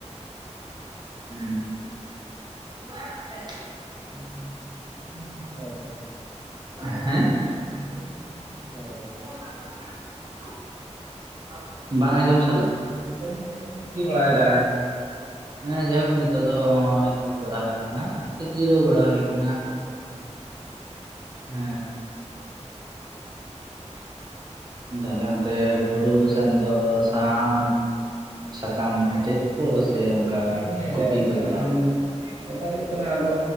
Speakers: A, on the right; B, on the right.
A: ᱦᱩᱸ <inaudible>
B: <unintelligible> ᱪᱮᱫ ᱠᱚ ᱮᱱ ᱪᱤᱠᱟᱹ ᱵᱟᱲᱟᱭ ᱫᱟ
A: ᱦᱮᱸ
B: ᱢᱮᱱ ᱫᱟᱞᱤᱧ ᱪᱮᱫ ᱠᱚᱵᱮᱱ ᱪᱤᱠᱟᱹ ᱵᱟᱲᱟᱭ ᱫᱟ
A: <unintelligible> ᱵᱟᱝ ᱟᱸᱡᱚᱢ ᱥᱟᱵᱮ
B: ᱢᱮᱱᱫᱟᱞᱤᱧ ᱪᱮᱫ ᱠᱚᱵᱮᱱ ᱪᱤᱠᱟᱹ ᱵᱟᱲᱟᱭᱮᱫᱟ
A: ᱦᱮᱸ ᱡᱟᱭᱦᱳᱠ ᱱᱤᱛᱚᱜ ᱫᱚ ᱱᱚᱜᱚᱭ ᱫᱩᱲᱩᱵ ᱵᱟᱲᱟ ᱦᱩᱭ ᱠᱟᱱᱟ ᱡᱤᱨᱟᱹᱣ ᱵᱟᱲᱟ ᱦᱩᱭ ᱠᱟᱱᱟ
B: ᱦᱮᱸ
A: ᱦᱮᱸ ᱫᱚ ᱟᱞᱮ ᱚᱱᱛᱮ ᱵᱩᱨᱩ ᱥᱮᱱᱫᱚ ᱥᱟᱦᱟᱱ ᱥᱟᱠᱟᱢ ᱮᱴᱮᱫ ᱠᱚ
B: ᱦᱮᱸ
A: ᱥᱮ
B: ᱥᱟᱦᱟᱱ
A: ᱚᱱᱠᱟ
B: ᱥᱟᱠᱟᱢ ᱜᱮ
A: ᱜᱩᱯᱤ ᱠᱚ
B: ᱥᱟᱦᱟᱱ
A: ᱪᱟᱞᱟᱣ ᱦᱩᱭ ᱠᱟᱱᱟ
B: ᱵᱮᱯᱟᱨ
A: ᱾
B: ᱦᱩᱭᱩᱜ ᱠᱟᱱᱟ ᱟᱫᱚ